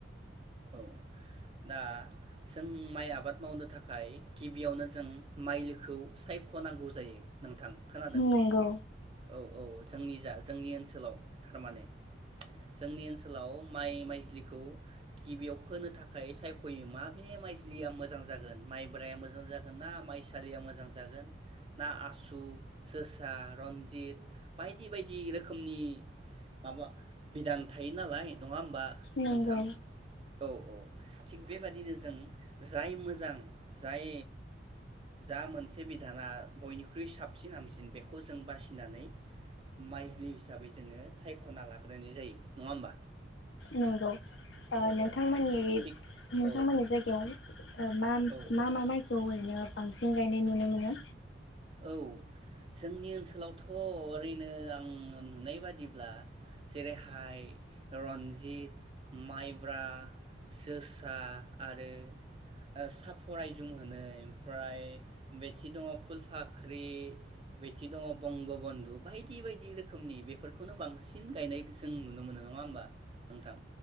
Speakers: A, on the right (about 30°); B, on the left (about 75°).
A: औ दा जों माइ आबाद मावनो थाखाय गिबियावनो जों माइलिखौ सायख'नांगौ जायो नोंथां। खोनादों
B: नंगौ
A: औ। औ जोंनिजा जोंनि ओनसोलाव थारमाने जोंनि ओनसोलाव माइ माइज्लिखौ गिबियाव फोनो थाखाय सायख'यो माबेे माइज्लिया मोजां जागोन माइब्राया मोजां जागोनना माइ सालिया मोजां जागोन ना आसु, जोसा, रनजित बायदि बायदि रोखोमनि माबा बिधान थायो नालाय नङाहोम बा
B: नंगौ
A: नोंथां औ-औ थिग बेबादिनो जों जाय मोजां जाय जा मोनसे बिधाना बयनिख्रुइ साबसिन हामसिन बेखौ जों बासिनानै माइज्लि हिसाबै जोङो सायख'ना लाग्रोनाय जायो नङा होमबा
B: नंगौ
A: औ
B: ओह नोंथांमोननि-नोंथांमोननि
A: औ थिग औ
B: जायगायाव ओह मा-मा-मा
A: औ
B: माइखौ ओरैनो बांसिन गायनाय नुनो मोनो
A: औ जोंनि ओनसोलावथ' ओरैनो आं नुनाय बादिब्ला जेरैहाय रन्जित, माइब्रा, जोसा आरो ओह साफरआइजुम होनो ओमफ्राय बेथि दङ फुल फाख्रि बिथि दङ बंगबन्धु बायदि बायदि रोखोमनि बेफोरखौनो बांसिन गायनाय जों नुनो मोनो नङा होमबा नोंथां